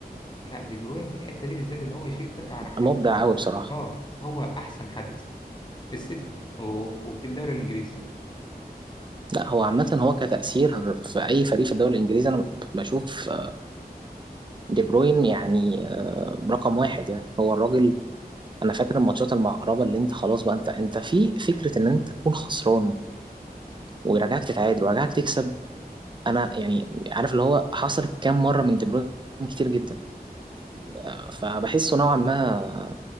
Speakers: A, on the left; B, on the right.
A: لا دي بروين في الحتة دي بالذات إن هو يشيل فرقة على كتافه
B: مبدع أوي بصراحة
A: أه هو أحسن حد في السيتي و- وفي الدوري الإنجليزي
B: لا هو عامة هو كتأثير في أي فريق في الدوري الإنجليزي أنا بشوف دي بروين يعني رقم واحد يعني هو الراجل انا فاكر الماتشات المقربه اللي انت خلاص بقى انت انت في فكره ان انت تكون خسران ويرجعك تتعادل ويرجعك تكسب انا يعني عارف اللي هو حصلت كام مره من دي بروين كتير جدا آه، فبحسه نوعا ما